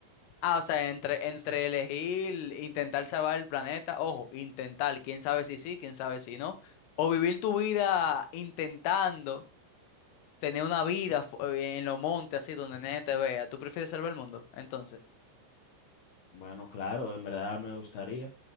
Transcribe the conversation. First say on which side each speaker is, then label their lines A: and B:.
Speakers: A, on the left; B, on the left.
A: Ah, o sea, entre, entre elegir, intentar salvar el planeta, ojo, intentar, quién sabe si sí, quién sabe si no, o vivir tu vida intentando tener una vida fu- eh, en los montes, así, donde nadie te vea. ¿Tú prefieres salvar el mundo? Entonces,
B: Bueno, claro, en verdad me gustaría,